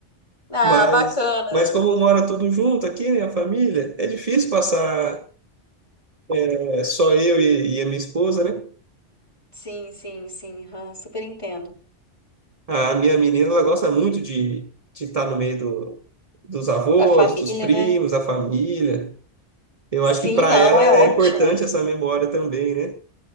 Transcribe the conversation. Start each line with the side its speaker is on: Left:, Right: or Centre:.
Left: Ah,
Right: Mas,
Left: bacana.
Right: mas como mora tudo junto aqui, né, a família, é difícil passar é, só eu e, e a minha esposa, né?
Left: Sim, sim, sim. aham, Super entendo.
Right: A minha menina, ela gosta muito de de estar no meio do, dos avós,
Left: Da família,
Right: dos primos,
Left: né?
Right: da família. Eu
Left: Sim,
Right: acho que para
Left: não,
Right: ela
Left: é ótimo.
Right: é importante essa memória também, né?